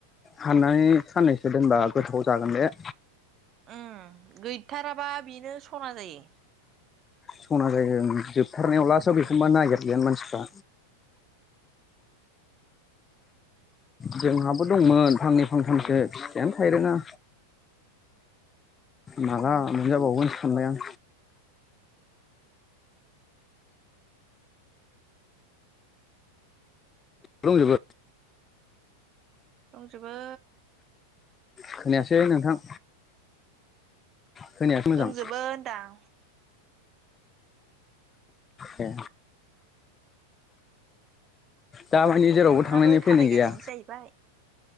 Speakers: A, on the left; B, on the right.
A: हाननानै साननैसो दोनबा गोथाव जागोन दे।
B: उम गैयथाराबा बेनो सना जायो।
A: सना जायो जोबथारनायाव लासो बेखौबा नागिरो मानसिफ्रा। जोंहाबो दंमोन फांनै फांथामसो फिथायानो थायनो रोआ माला मोनजाबावगोनो सानबाय आं। दंजोबो।
B: दंजोबो।
A: खोनायासै नोंथां। खोनायासै मोजां
B: दंजोबो होनदां।
A: ए। दा जेरावबो
B: नोंहाबो
A: थांनानै फ्लेनि
B: थाबायगासिनोसो
A: गैया?
B: जाहैबाय